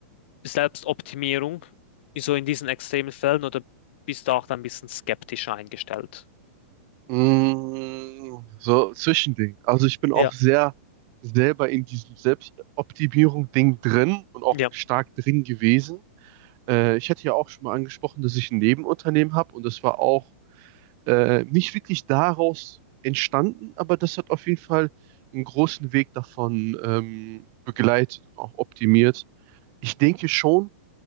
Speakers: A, on the left (about 55°); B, on the right (about 35°).
A: Selbstoptimierung, so in diesen extremen Fällen, oder bist du auch da ein bisschen skeptischer eingestellt?
B: Mm, So, Zwischending. Also ich bin
A: Ja,
B: auch sehr selber in diesem Selbstoptimierung-Ding drin und auch
A: ja.
B: stark drin gewesen. Äh, ich hatte ja auch schon mal angesprochen, dass ich ein Nebenunternehmen habe und das war auch äh, nicht wirklich daraus entstanden, aber das hat auf jeden Fall einen großen Weg davon ähm, begleitet und auch optimiert. Ich denke schon,